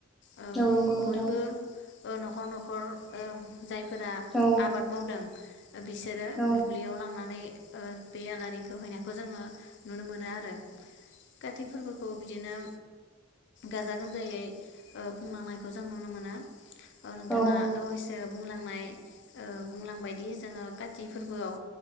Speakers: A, on the left; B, in the centre.
A: औ
B: नंगौ नोंथां
A: बयबो ओ न'खर न'खर ओ जायफोरा
B: औ
A: आबाद मावदों बिसोरो
B: औ
A: दुब्लियाव लांनानै ओ बे आलारिखौ हैनायखौ जोङो नुनो मो नो आरो कति फोरबोखौ बिदिनो गाजा गोमजायै ओ खुंलांनायखौ जों नुनो मोनो। ओ नोंथाङा
B: औ
A: दहयसो बुंलांनाय ओ बुंलांबायायदि जोङो काति फोरबोआव